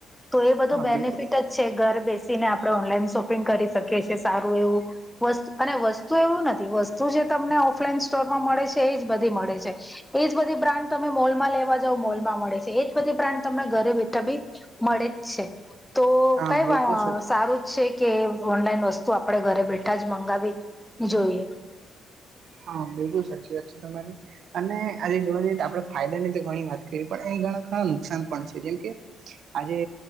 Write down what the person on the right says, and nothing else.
હા
બિલકુલ
હા
બિલકુલ સાચું
હા, બિલકુલ સાચી વાત છે તમારી. અને આજે જોવા જઈએ તો આપણે ફાયદા ની તો ઘણી વાત કરીએ પણ ઘણા ખરા નુકસાન પણ છે. જેમ કે આજે